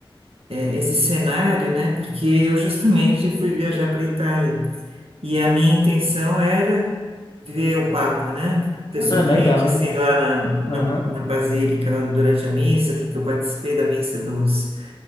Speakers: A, on the right; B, on the left.
A: eh, esse cenário, né, porque eu justamente fui viajar para a Itália e a minha intenção era ver o Papa, né, pessoalmente,
B: Ah, legal.
A: assim, lá na,
B: Aham,
A: na, na Basílica, lá durante a missa, porque eu participei da missa dos